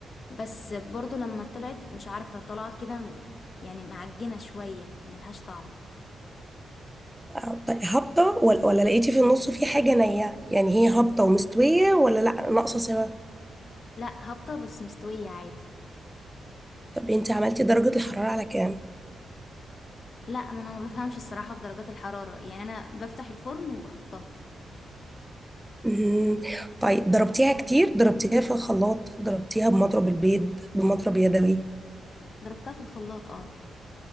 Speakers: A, on the left (about 50°); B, in the centre.
A: بس برضو لما طلعت مش عارفة طلعت كده م- يعني معجنة شوية ملهاش طعم
B: آه، طيب هابطه ولا, ولا لقيتي في النص في حاجه نيه يعني هي هابطه ومستويه ولا لا ناقصه سوا
A: لا هابطة بس مستوية عادي
B: طب انت عملتي درجه الحراره على كام
A: لا ما انا ما بفهمش الصراحة في درجات الحرارة يعني انا بفتح الفرن وبحطها
B: مهم. طيب ضربتيها كتير ضربتيها في الخلاط ضربتيها بمضرب البيض بمضرب يدوي
A: ضربتها في الخلاط اه